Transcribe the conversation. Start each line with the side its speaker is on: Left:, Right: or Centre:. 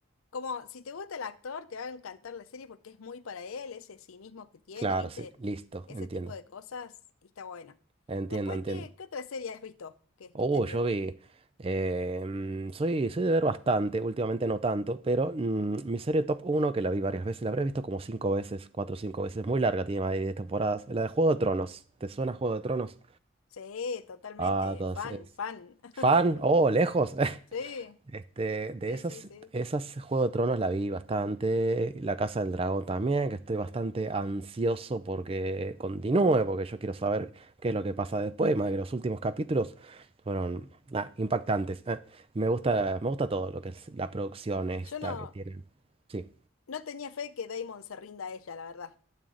Left: como si te gusta el actor, te va a encantar la serie porque es muy para él, ese cinismo que tiene,
Right: Claro,
Left: ¿viste?
Right: sí, listo,
Left: Ese
Right: entiendo,
Left: tipo de cosas, y está buena.
Right: entiendo,
Left: Después,
Right: entiendo.
Left: ¿qué, qué otra serie has visto que, que
Right: Oh,
Left: esté piola?
Right: yo vi, eh, mm, soy, soy de ver bastante, últimamente no tanto, pero mm, mi serie top uno que la vi varias veces, la habré visto como 5 veces, 4 o 5 veces, muy larga, tiene más de 10 temporadas, la de Juego de Tronos, ¿te suena Juego de Tronos?
Left: Sí, totalmente,
Right: Ah, entonces,
Left: fan, fan. <laughs>
Right: ¿fan? Oh, lejos. <laughs>
Left: Sí,
Right: Este, de
Left: sí,
Right: esas,
Left: sí, sí.
Right: esas Juego de Tronos la vi bastante, La Casa del Dragón también, que estoy bastante ansioso porque continúe, porque yo quiero saber qué es lo que pasa después, más que los últimos capítulos fueron ah, impactantes. Ah, me gusta, me gusta todo lo que es la producción esta
Left: Yo no,
Right: que tienen. Sí.
Left: No tenía fe que Damon se rinda a ella, la verdad.